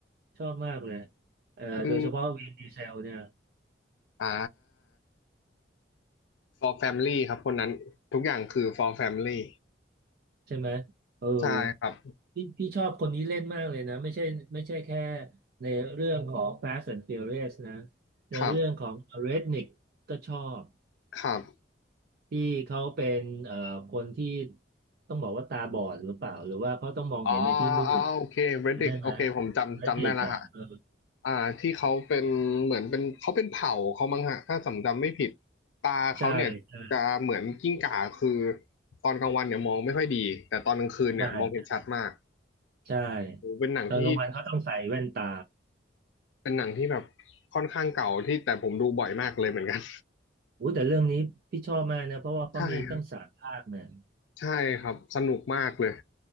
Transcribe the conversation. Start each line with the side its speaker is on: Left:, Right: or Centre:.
Right: ชอบมากเลยเอ่อโดยเฉพาะวินดีเซลเนี่ย
Left: มันอ่า for family ครับคนนั้นทุกอย่างคือ for family
Right: ใช่ไหมเออ
Left: ใช่ครับ
Right: พี่พี่ชอบคนนี้เล่นมากเลยนะไม่ใช่ไม่ใช่แค่ในเรื่องของ Fast and Furious นะในเรื่องของ
Left: ครับ
Right: Redneck ก็ชอบ
Left: ครับ
Right: ที่เขาเป็นเอ่อคนที่ต้องบอกว่าตาบอดหรือเปล่าหรือว่าเขาต้องมองเห็นในที่มืด
Left: อ๋ออ๋อโอเค Reddick
Right: จำได้ไหม
Left: โอเคผมจำจำได้แล้วฮะ
Right: และเด็กอ่ะเออ
Left: อ่าที่เขาเป็นเหมือนเป็นเขาเป็นเผ่าเขามั้งฮะถ้าจำจำไม่ผิดตาเขาเนี่ยจะเหมือนกิ้งก่าคือ
Right: ใช่ใช่
Left: ตอนกลางวันเนี่ยมองไม่ค่อยดีแต่ตอนกลางคืนเนี่ยมองเห็นชัดมาก
Right: ใช่ใช่
Left: โอ้เป็นหนังที่
Right: ตอนกลางวันเขาต้องใส่แว่นตา
Left: เป็นหนังที่แบบค่อนข้างเก่าที่แต่ผมดูบ่อยมากเลยเหมือนกัน
Right: อู้แต่เรื่องนี้พี่ชอบมากนะเพราะว่าเขามีตั้งสามภาคเนี่ย
Left: <laughs> ใช่ครับใช่ครับสนุกมากเลย